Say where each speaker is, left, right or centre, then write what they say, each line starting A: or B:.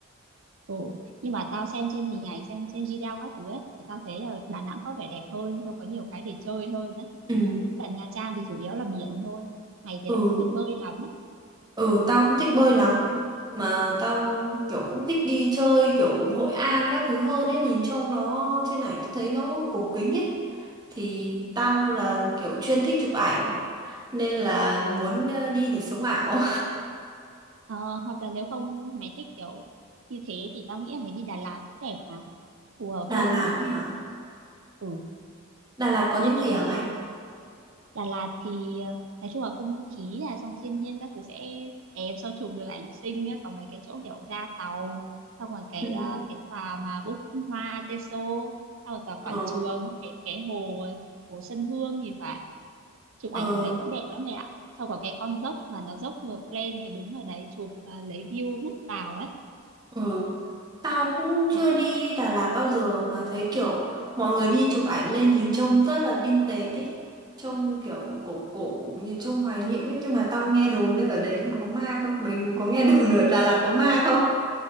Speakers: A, on the right; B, on the right.
A: Ừ. Nhưng mà tao xem trên hình ảnh xem trên video các thứ ấy thì tao thấy là Đà Nẵng có vẻ đẹp hơn rồi có nhiều cái để chơi hơn đấy
B: Ừ.
A: còn Nha Trang thì chủ yếu là biển thôi mày thì
B: Ừ.
A: lại không thích bơi lắm ấy
B: Ừ tao không thích bơi lắm mà tao kiểu cũng thích đi chơi kiểu Hội An các thứ hơn ấy nhìn trông nó trên ảnh tao thấy nó cổ kính ấy thì tao là kiểu chuyên thích chụp ảnh nên là
A: ờ,
B: muốn ờ, đi để sống ảo
A: ờ, hoặc là nếu không mày thích kiểu như thế thì tao nghĩ là mày đi Đà Lạt cũng đẹp mà phù
B: <laughs>
A: hợp
B: Đà
A: hơn
B: Lạt
A: nhá
B: ấy hả
A: ừ
B: Đà Lạt có
A: mỗi
B: những
A: tội
B: gì
A: là
B: hả mày
A: Đà Lạt thì ờ, nói chung là không khí là dòng thiên nhiên các thứ sẽ đẹp sau chụp được ảnh xinh ấy. Còn mấy cái chỗ kiểu ra tàu xong rồi cái
B: Ừ.
A: ờ, cái tòa mà Búp Hoa Ateso xong rồi tòa
B: ờ
A: quảng trường cái cái hồ hồ sân Hương thì phải chụp
B: ờ
A: ảnh ở đấy cũng đẹp lắm mẹ ạ sau có cái con dốc mà nó dốc ngược lên thì đứng ở đấy chụp ờ, lấy view hút vào ấy
B: ờ Tao cũng
A: Ồ,
B: chưa đi Đà Lạt bao giờ mà thấy kiểu mọi người đi chụp ảnh lên nhìn trông rất là vintage ý. Trông kiểu cổ cổ như trông hoài niệm ấy nhưng mà tao nghe đồn nữa ở đấy còn có ma cơ. Mình có nghe <laughs> đồn ở Đà Lạt có ma không?